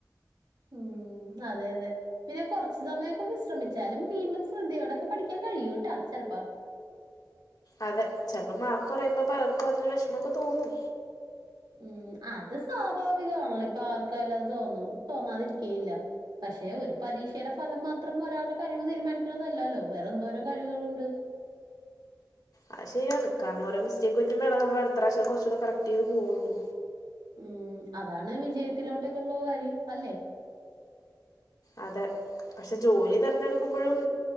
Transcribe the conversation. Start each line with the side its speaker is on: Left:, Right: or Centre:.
Right: ഉം അതെ അതെ പിന്നെ കൊറ്ച്ച് സമയമൊക്ക വിശ്രമിച്ചാലും വീണ്ടും ശ്രദ്ധയോടൊക്ക പഠിക്കാൻ കഴിയൂട്ട ചെലപ്പൊ
Left: അതെ ചെൽപ്പൊ മാർക്ക് കെറെയുമ്പൊ പലർക്കും അതൊരു വെഷമൊക്കെ തോന്നും
Right: ഉം അത് സ്വാഭാവികമാണ് ഇപ്പൊ ആർക്കായാലും അത് തോന്നും തോന്നാതിരിക്കേയില്ല പക്ഷെ ഒരു പരീക്ഷേടെ ഫലം മാത്രം ഒരാള്ടെ കഴിവ് തീരുമാനിക്കണതല്ലല്ലോ വേറെ എന്തോരം കഴിവ്കള്ണ്ട്
Left: അത് ശരിയാണ് കാര്ണം ഓരോ മിസ്റ്റേക്ക് പറ്റുമ്പൊ നമ്മള് അടുത്ത പ്രാവശ്യം കൊറച്ചൂട കറക്റ്റീത് പോവുന്നു
Right: ഉം അതാണ് വിജയത്തിലോട്ടക്കു ഉള്ള വഴി അല്ലെ
Left: അതെ പഷെ ജോലി തെരഞ്ഞെട്ക്കുമ്പഴും